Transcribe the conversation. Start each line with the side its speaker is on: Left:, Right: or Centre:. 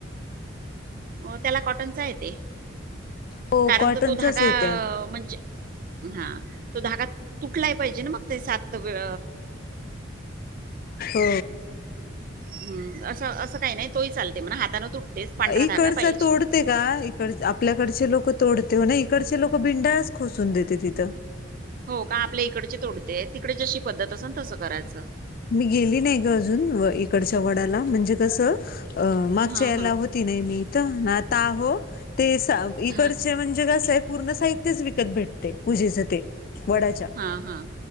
Right: हो त्याला कॉटनचा येत.
Left: हो
Right: कारण
Left: कॉटनचाच
Right: तो तो धागा
Left: येत्या
Right: म्हणजे हा. तो धागा तुटलाय पाहिजे ना मग ते सात वेळ
Left: हो
Right: हम. असं असं काही नाही तोही चालते म्हणा हाताने तुटतेच पांढरा
Left: इकडचा
Right: धागा. पाहिजे
Left: तोडते का इकड आपल्याकडचे लोक तोडते ना इकडचे लोक लोक बिनधास्त खोसून देतेत तिथं
Right: हो का आपल्या इकडचे तोडते तिकडे जशी पद्धत असल तसं करायचं.
Left: मी गेली नाही ग अजून इकडच्या वडाला म्हणजे कसं मागच्या
Right: हां
Left: याला
Right: हां
Left: होती. नव्हती मी इथं आता आहो ते इकड
Right: हां
Left: म्हणजे कसं आहे पूर्ण साहित्यच विकत भेटते पूजेच ते. वडाच्या
Right: हां हां